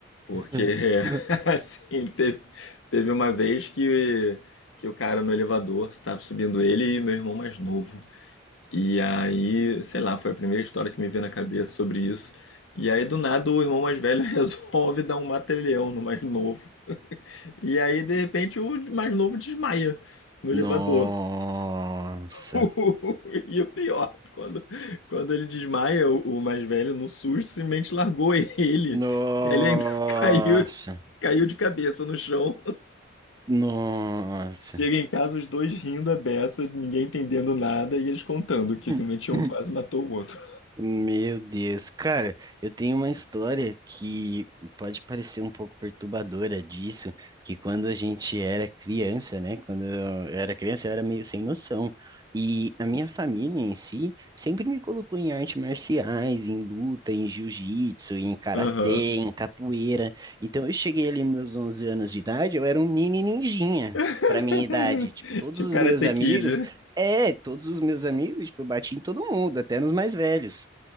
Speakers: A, on the left (about 85°); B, on the right (about 20°).
A: Porque,
B: <laughs>
A: <laughs> assim, teve, teve uma vez que, que o cara no elevador estava subindo ele e meu irmão mais novo. E aí, sei lá, foi a primeira história que me veio na cabeça sobre isso. E aí, do nada, o irmão mais velho <laughs> resolve dar um mata-leão no mais novo. E aí, de repente, o mais novo desmaia no elevador.
B: Nossa.
A: <laughs> E o pior, quando, quando ele desmaia, o o mais velho, no susto, simplesmente largou ele.
B: Nossa,
A: E aí ele ainda <laughs> caiu, caiu de cabeça no chão.
B: nossa.
A: Chega em casa, os dois rindo a beça, ninguém entendendo nada, e eles contando
B: <laughs>
A: que simplesmente um quase matou o outro.
B: Meu Deus, cara, eu tenho uma história que pode parecer um pouco perturbadora disso, que quando a gente era criança, né? Quando eu era criança, eu era meio sem noção. E a minha família em si sempre me colocou em artes marciais, em luta, em jiu-jitsu, em karatê,
A: Aham.
B: em capoeira. Então eu cheguei ali nos meus 11 anos de idade, eu era um mini ninjinha
A: <laughs>
B: para minha idade. Tipo, todos
A: Tipo
B: os
A: Karate
B: meus amigos,
A: Kid, né?
B: é, todos os meus amigos, tipo, eu bati em todo mundo, até nos mais velhos.